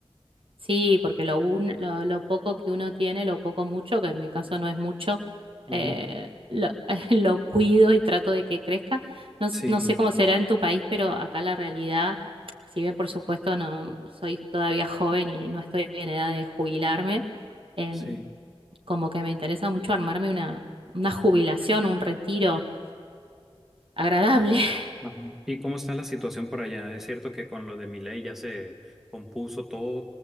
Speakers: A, on the right (about 60°); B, in the centre.
A: Sí, porque lo, un- lo, lo poco que uno tiene, lo poco mucho, que en mi caso no es mucho,
B: Ujú.
A: eh, lo, <laughs> lo cuido y trato de que crezca. No, s-
B: Sí,
A: no sé cómo será en tu país, pero acá la realidad, si bien por supuesto no soy todavía joven y no estoy en edad de jubilarme, em,
B: sí.
A: como que me interesa mucho armarme una, una jubilación, un retiro agradable. <laughs>
B: Ajá. ¿Y cómo está la situación por allá? ¿Es cierto que con lo de mi ley ya se compuso todo